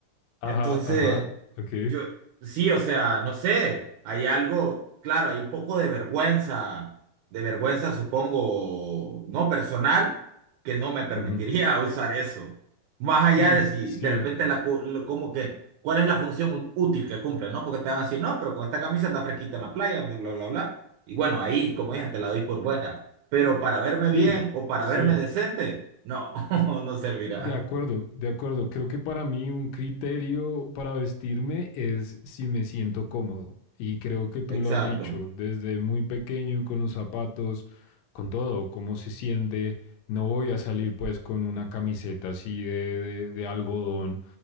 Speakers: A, on the left; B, on the right.
A: Ajá,
B: Entonces,
A: ajá, ok.
B: yo, sí, o sea, no sé, hay algo, claro, hay un poco de vergüenza, de vergüenza, supongo, no personal, que no me permitiría
A: Ujú.
B: <laughs> usar eso. Más allá
A: Sí,
B: de si
A: sí,
B: de repente la, cu- lo- como que, ¿cuál es la función ú- útil que cumple, no? Porque te van a decir, no, pero con esta camisa anda fresquita en la playa, bla, bla, bla. bla". Y bueno, ahí, como dije, te la doy por buena. Pero para verme
A: sí,
B: bien o para
A: sí.
B: verme decente, no, <laughs> no servirá.
A: De acuerdo, de acuerdo. Creo que para mí un criterio para vestirme es si me siento cómodo. Y creo que tú
B: Exacto.
A: lo has dicho desde muy pequeño con los zapatos, con todo, cómo se siente. No voy a salir pues con una camiseta así de, de- de algodón